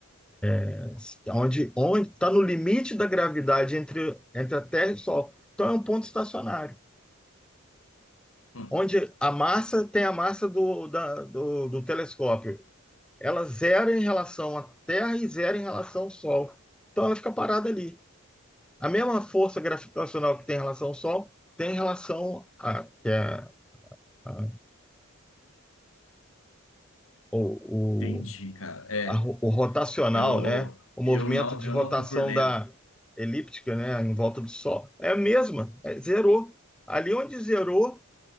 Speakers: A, in the centre; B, on the left.
A: É, Onde, onde está no limite da gravidade entre, entre a Terra e o Sol. Então é um ponto estacionário.
B: Hum,
A: Onde a massa tem a massa do, da- do, do telescópio. Ela zera em relação à Terra e zera em relação ao Sol. Então ela fica parada ali. A mesma força gravitacional que tem em relação ao Sol tem em relação a, que é a o,
B: entendi,
A: o,
B: cara. É,
A: a ro- o rotacional,
B: eu,
A: né? O
B: eu
A: movimento
B: não,
A: de
B: eu
A: rotação
B: não tô por dentro.
A: da elíptica, né? Em volta do Sol. É a mesma, é, zerou. Ali onde zerou